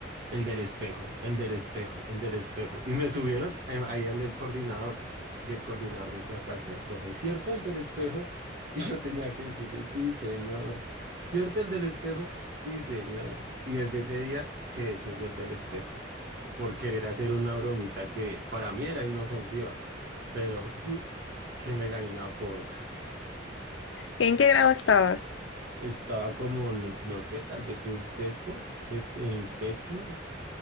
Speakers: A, on the right (about 55°); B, on the left (about 75°).
A: el del espejo, el del espejo, el del espejo. Y me subieron eh, ahí donde el coordinador. Y el coordinador decía cualquier cosa. ¿Y cierto el del espejo? Y yo tenía que decirle, sí, señor. ¿Cierto el del espejo? Sí, señor. Y desde ese día quedé siendo el del espejo por querer hacer una bromita que para mí era inofensiva, pero mm, que me gané un apodo.
B: ¿En qué grado estabas?
A: Estaba como, no, no sé, tal vez en sexto, sep- en séptimo,